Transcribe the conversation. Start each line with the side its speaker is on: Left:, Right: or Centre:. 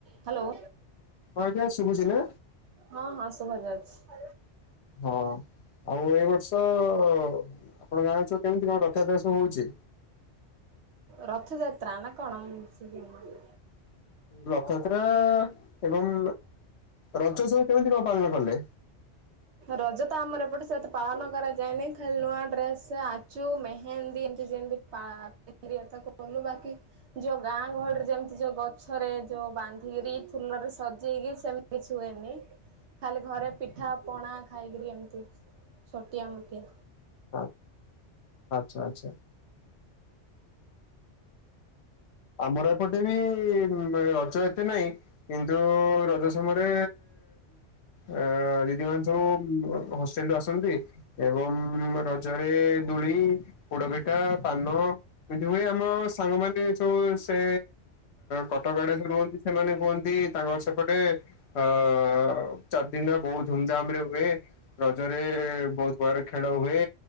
Right: Hello.
Left: ହଁ ଆଜ୍ଞା ଶୁଭୁଛି ନା?
Right: ହଁ ହଁ ଶୁଭା ଯାଉଛି।
Left: ହଁ ଆଉ ଏଇ ବର୍ଷ ଆପଣ ଗାଁ ରେ ସବୁ କେମିତି କଣ ରଥଯାତ୍ରା ସବୁ ହଉଚି?
Right: ରଥଯାତ୍ରା ନା କଣ ଉମ୍ ଶୁଭିଲାନି?
Left: ରଥଯାତ୍ରା ଏବଂ ରଜ ସବୁ କେମିତି କଣ ପାଳନ କଲେ?
Right: ରଜ ତ ଆମର ଏପଟେ ସେତେ ପାଳନ କରାଯାଏନି। ଖାଲି ନୂଆ ଡ୍ରେସ, ଆଚୁ ମେହେନ୍ଦୀ ମେହେନ୍ଦି ହେମତି ଏମତି ଯେମିତି ତାକୁ ପାଳନ କଲୁ। ବାକି ଯୋଉଁ ଗାଁ ଗହଳିରେ ଯେମିତି ଯୋଉଁ ଗଛରେ ଯୋଉ ବାନ୍ଧିକିରି, ଫୁଲରେ ସଜେଇକି, ସେମ କିଛି ହୁଏନି। ଖାଲି ଘରେ ପିଠା ପିଠା, ପଣା ଖାଇକିରି ଏମିତି ଛୋଟିଆ ମୋଟିଆ।
Left: ହଁ, ଆଚ୍ଛା ଆଚ୍ଛା। ଆମର ଏପଟେ ବି ରଜ ଏତେ ନାହିଁ। କିନ୍ତୁ ରଜ ସମୟରେ ଅ ଦିଦି ମାନେ ସବୁ ହୋଷ୍ଟେଲ ରୁ ଆସନ୍ତି। ଏବଂ ରଜ ରେ ଦୋଳି, ପୋଡ ପିଠା, ପାନ ଏମିତି ହୁଏ। ଆମ ସାଙ୍ଗମାନେ ସବୁ ସେ କଟକ ଆଡେ ରୁହନ୍ତି। ସେମାନେ କୁହନ୍ତି ତାଙ୍କ ସେପଟେ ହଁ ଚାରିଦିନ ବହୁତ ଧୁମଧାମ ରେ ହୁଏ। ରଜରେ ବହୁତ ପ୍ରକାର ଖେଳ ହୁଏ।